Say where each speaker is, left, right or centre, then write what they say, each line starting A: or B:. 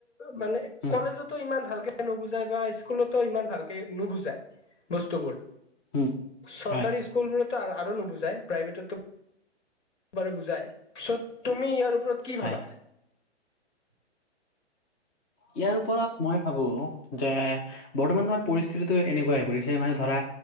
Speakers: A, on the left (about 75°); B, on the left (about 15°).
A: মানে
B: উম
A: কলেজতো ইমান ভাল ভালকে নুবুজাই বা স্কুলতো ইমান ভালকে নুবুজাই বস্তুবোৰ।
B: উম
A: চৰকাৰী
B: হয়
A: স্কুল গতো আৰু নুবুজে। প্ৰাইভেটত ব বুজাই। পছত তুমি ইয়াৰ ওপৰত কি ভাবা।
B: হয় ইয়াৰ ওপৰত মই ভাবো যে বৰ্তমান আমাৰ পৰিস্থিতিতটো এনেকুৱা হৈ পৰিছে মানে ধৰা।